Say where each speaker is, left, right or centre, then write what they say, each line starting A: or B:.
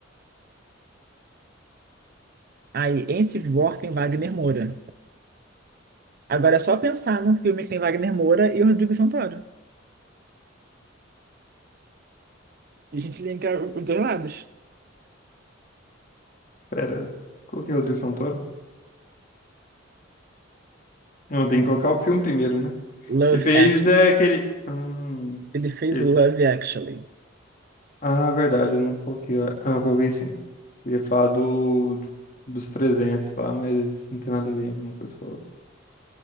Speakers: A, on the right (about 50°); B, on the left (about 40°).
A: Aí, em Civil War tem Wagner Moura. Agora é só pensar num filme que tem Wagner Moura e o Rodrigo Santoro. E a gente linka os dois lados.
B: Pera, coloquei o Rodrigo Santoro. Não, tem que colocar o filme primeiro, né?
A: Love
B: Ele fez
A: Act.
B: é, aquele... Hum,
A: Ele fez
B: ele-
A: Love Actually.
B: Ah, verdade, eu não coloquei. Ah, não, coloquei sim. Eu ia falar do, dos 300, tá? Mas isso não tem nada a ver uma coisa com a outra.